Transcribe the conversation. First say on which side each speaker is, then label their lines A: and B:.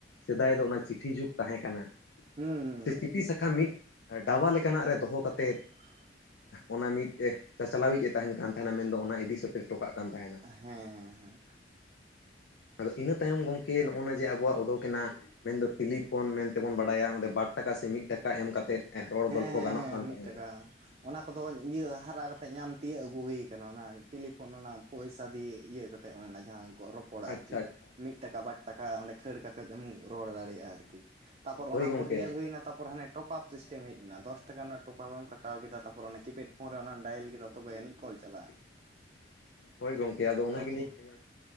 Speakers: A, on the left; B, on the right.
A: ᱥᱮᱫᱟᱭ ᱫᱚ ᱚᱱᱟ ᱪᱤᱴᱷᱤ ᱡᱩᱜᱽ ᱛᱟᱦᱮᱸ ᱠᱟᱱᱟ᱾
B: ᱦᱩᱸ ᱦᱩᱸ
A: ᱥᱮ
B: ᱦᱩᱸ
A: ᱪᱤᱴᱷᱤ ᱥᱟᱠᱟᱢ ᱢᱤᱫ ᱰᱟᱵᱟ ᱞᱮᱠᱟ ᱱᱟᱜ ᱨᱮ ᱫᱚ ᱦᱚ ᱠᱟᱛᱮᱫ
B: <inaudible>
A: ᱚᱱᱟ ᱢᱤᱫ ᱪᱟᱪᱞᱟᱣᱤᱡ ᱮ ᱛᱟᱦᱮᱱ ᱠᱟᱱ ᱛᱟᱦᱮ ᱱᱟ ᱢᱮᱱ ᱫᱚ ᱚᱱᱟ ᱤᱫᱤ ᱥᱮᱴᱮᱨ ᱴᱚ ᱠᱟᱜ ᱠᱟᱱ ᱛᱟᱦᱮᱱᱟ᱾
B: ᱦᱮᱸ ᱦᱮᱸ ᱦᱮᱸ
A: ᱟᱫᱚ ᱤᱱᱟᱹ ᱛᱟᱭᱚᱢ ᱜᱚᱝᱠᱮ ᱱᱚᱜᱚ ᱱᱟ ᱡᱮ ᱟᱵᱚᱣᱟᱜ ᱚᱰᱚᱠ ᱮᱱᱟ ᱢᱮᱱᱫᱚ ᱴᱤᱞᱤ ᱯᱷᱳᱱ ᱢᱮᱱᱛᱮ ᱵᱚᱱ ᱵᱟᱲᱟᱭᱟ ᱚᱸᱰᱮ ᱵᱟᱴ ᱴᱟᱠᱟ ᱥᱮ ᱢᱤᱫ ᱴᱟᱠᱟ ᱮᱢ ᱠᱟᱛᱮᱫ ᱦᱚᱲ
B: ᱦᱮᱸ
A: ᱜᱚᱞᱯᱷᱚ
B: ᱦᱮᱸ
A: ᱜᱟᱱᱚᱜ
B: ᱦᱮᱸ
A: ᱠᱟᱱ
B: ᱢᱤᱫ
A: ᱛᱟᱦᱮ
B: ᱴᱟᱠᱟ
A: ᱱᱟ᱾
B: ᱚᱱᱟ ᱠᱚ ᱫᱚ ᱤᱭᱟᱹ ᱦᱟᱨᱟ ᱠᱟᱛᱮᱫ ᱧᱟᱢ ᱛᱤᱭᱟᱹᱜ ᱟᱹᱜᱩ ᱦᱩᱭ ᱠᱟᱱᱟ ᱚᱱᱟ ᱴᱮᱞᱤᱯᱷᱳᱱ ᱚᱱᱟ ᱯᱚᱭᱥᱟ ᱫᱤᱭᱮ ᱤᱭᱟᱹ ᱠᱟᱛᱮᱜ ᱚᱱᱮ ᱚᱱᱟ ᱨᱮᱱᱟᱜ ᱡᱟᱦᱟᱸ ᱜᱚᱜ ᱨᱚᱯ ᱯᱚᱲᱟ
A: ᱟᱪᱪᱷᱟ
B: ᱟᱨᱠᱤ
A: ᱟᱪᱪᱷᱟ ᱟᱪᱪᱷᱟ
B: ᱢᱤᱫ ᱴᱟᱠᱟ ᱵᱟᱴ ᱴᱟᱠᱟ ᱚᱸᱰᱮ ᱠᱷᱟᱹᱲ ᱠᱟᱛᱮᱫ ᱮᱢ ᱨᱚᱲ ᱫᱟᱲᱮ ᱭᱟᱜ-ᱟ ᱟᱨᱠᱤ ᱛᱟᱯᱚᱨ
A: ᱦᱳᱭ
B: ᱚᱱᱟ
A: ᱜᱚᱝᱠᱮ
B: ᱯᱚᱨ ᱧᱮᱞ ᱦᱩᱭᱱᱟ ᱛᱟᱯᱚᱨ ᱦᱟᱱᱮ ᱴᱚᱯ‌ ᱟᱯ ᱥᱤᱥᱴᱮᱢ ᱦᱮᱡ ᱱᱟ ᱫᱚᱥ ᱴᱟᱠᱟ ᱨᱮᱱᱟᱜ ᱴᱟᱯᱟᱯ ᱮᱢ ᱠᱟᱴᱟᱣ ᱠᱮᱫᱟ ᱛᱟᱯᱚᱨ ᱚᱱᱟ ᱠᱤᱯᱮᱰ ᱯᱷᱳᱱ ᱨᱮ ᱚᱱᱟᱢ ᱰᱟᱭᱮᱞ ᱠᱮᱫᱟ ᱛᱚᱵᱮ ᱟᱱᱤᱡ ᱠᱚᱞ ᱪᱟᱞᱟᱜ-ᱟ᱾
A: <inaudible> ᱦᱳᱭ ᱜᱚᱝᱠᱮ ᱟᱫᱚ ᱚᱱᱟ ᱜᱮ
B: ᱠᱚ
A: ᱞᱤᱧ ᱢᱮᱱᱟ